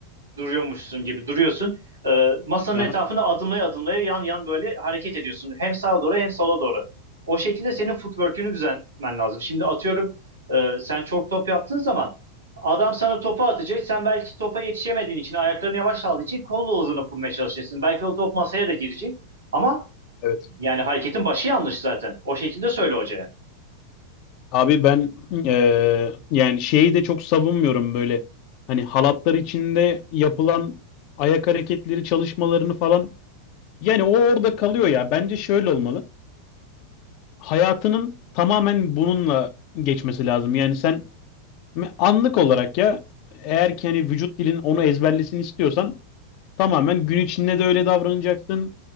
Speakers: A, on the right; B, on the left.
A: duruyormuşsun gibi duruyorsun. Ee, masanın
B: Aha,
A: etrafını adımlaya adımlaya yan yan böyle hareket ediyorsun. Hem sağa doğru hem sola doğru. O şekilde senin footwork'ünü düzenlemen lazım. Şimdi atıyorum e, sen çok top yaptığın zaman adam sana topu atacak. Sen belki topa yetişemediğin için ayaklarını yavaş aldığı için kolla uzunu vurmaya çalışırsın. Belki o top masaya da girecek. Ama
B: evet.
A: yani hareketin başı yanlış zaten. O şekilde söyle hocaya.
B: Abi ben eee, yani şeyi de çok savunmuyorum böyle. Hani halatlar içinde yapılan ayak hareketleri çalışmalarını falan. Yani o orada kalıyor ya. Bence şöyle olmalı. Hayatının tamamen bununla geçmesi lazım. Yani sen anlık olarak ya eğer ki hani vücut dilin onu ezberlesin istiyorsan Tamamen gün içinde de öyle davranacaksın.